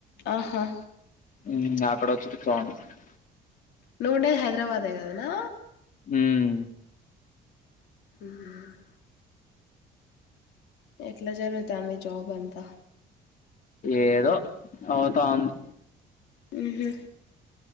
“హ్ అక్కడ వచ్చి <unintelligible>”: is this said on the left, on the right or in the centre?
Left